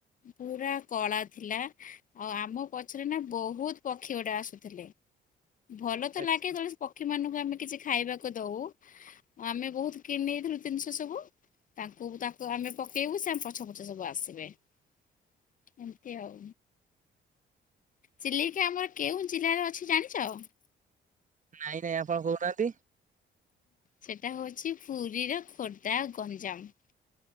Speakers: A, on the left; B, on the right.
A: ପୁରା କଳା ଥିଲା। ଆଉ ଆମ ପଛରେ ନା ବହୁତ ପକ୍ଷୀ ଗୋଟେ ଆସୁଥିଲେ। ଭଲ ତ
B: ଆଚ୍ଛା।
A: ଲାଗେ ପକ୍ଷୀ ମାନଙ୍କୁ ଆମେ କିଛି ଖାଇବାକୁ ଦଉ। ଆମେ ବହୁତ କିଣିଦେଇଥିଲୁ ଜତିନି ସବୁ ତାଙ୍କୁ ତା ତ ଆମେ ପକେଇବୁ ସେ ଆମ ପଛ ପଛ ସବୁ ଆସିବେ ଏମିତି ଆଉ। ଚିଲିକା ଆମର କେଉ ଜିଲ୍ଲାରେ ଅଛି ଜାଣିଛ?
B: ନାଇଁ ନାଇଁ ଆପଣ କହୁନାହାନ୍ତି?
A: ସେଟା ହଉଛି ପୁରୀର ଖୋର୍ଦ୍ଧା ଗଞ୍ଜାମ